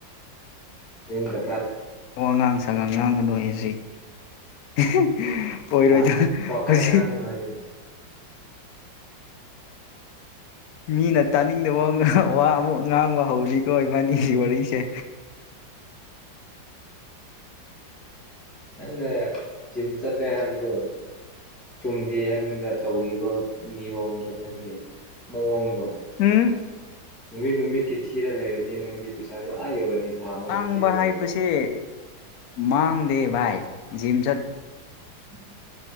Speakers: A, in the centre; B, on the left (about 80°).
A: ꯌꯨꯝ ꯔꯥ
B: ꯑ ꯑꯉꯥꯡ ꯁꯉ ꯉꯥꯡꯒꯗꯣꯏ ꯍꯧꯖꯤꯛ <inaudible> ꯑꯣꯏꯔꯣꯏꯗ
A: ꯍꯥ ꯋꯥꯀꯥꯏ
B: ꯍꯧꯖꯤꯛ
A: ꯉꯥꯡꯒꯅꯨ ꯍꯥꯏꯌꯨꯅꯦ
B: ꯃꯤꯅ ꯇꯥꯅꯤꯡꯗꯕ ꯋꯥ ꯑꯃꯨꯛ ꯉꯥꯡꯕ ꯍꯧꯅꯤꯀꯣ ꯏꯕꯥꯅꯤꯒꯤ ꯋꯥꯔꯤꯁꯦ
A: ꯅꯪꯅ ꯖꯤꯝ ꯆꯠꯂꯦ ꯍꯥꯏꯕꯗꯣ ꯆꯨꯝꯗꯦ ꯍꯥꯏꯕꯅꯤꯗ ꯇꯧꯔꯤꯕ ꯅꯤꯌꯣꯝꯗꯣ ꯅꯪꯒꯤ ꯃꯑꯣꯡꯗꯣ
B: ꯎꯝ
A: ꯅꯨꯃꯤꯠ ꯅꯨꯃꯤꯠꯀꯤ ꯊꯤꯔ ꯂꯩꯔꯗꯤ ꯅꯪꯗꯤ ꯄꯩꯁꯥꯗꯤ ꯑꯥ ꯌꯧꯔꯅꯤ ꯊꯥ ꯑꯃꯒꯤ
B: ꯃꯥꯡꯕ
A: ꯊꯤꯔ ꯂꯩꯔꯗꯤ
B: ꯍꯥꯏꯕꯁꯦ ꯃꯥꯡꯗꯦ ꯚꯥꯏ ꯖꯤꯝꯆꯠ
A: ꯎꯝ